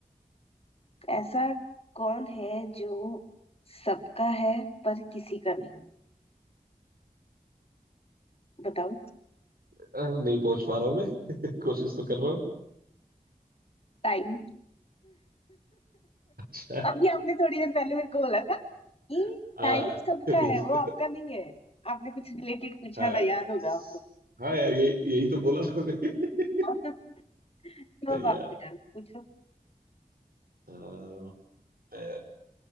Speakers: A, on the left; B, on the right.
A: ऐसा कौन है जो सबका है पर किसी का नहीं बताओ
B: अ, नहीं पहुंच पा रहा हूँ मैं <laughs> कोशिश तो कर रहा हूँ
A: टाइम
B: अच्छा।
A: अभी आपने थोड़ी देर पहले मेरे को बोला था कि
B: <laughs> हाँ
A: टाइम सबका
B: इस-
A: है वो आपका नहीं है आपने कुछ रिलेटेड पूछा
B: हाँ
A: था याद होगा
B: स- हाँ यार ये यही तो बोला था मैं <laughs>
A: आपको तो
B: सही
A: अब
B: यार
A: आपकी टर्न पूछो
B: हाँ, मैं-